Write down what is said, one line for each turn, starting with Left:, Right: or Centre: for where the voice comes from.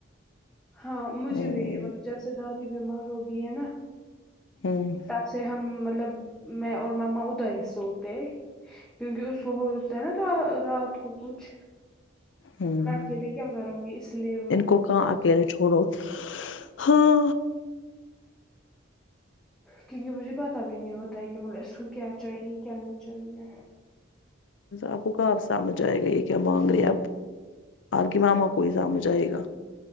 Centre: ہاں مجھے
Left: ہوں
Centre: بھی مطلب جب بیمار ہوگئی ہے نا
Left: ہوں
Centre: تب سے ہمم مطلب میں اور ماما ادھر ہی سوتے ہیں کیونکہ اس کو ہوتا ہے نا را رات کو کچھ
Left: ہوں
Centre: کے لیے کیا کروں گی اس لیے
Left: ان کو کہاں اکیلے چھوڑو ہاں
Centre: کیونکہ مجھے پتا بھی نہیں ہوتا ہے کہ اس کو کیا چاہیے کیا نہیں چاہیے
Left: آپ کو کیا سمجھ آئے گا یہ کیا مانگ رہے ہے اب آپ کی ماما کو ہی سمجھ آئے گا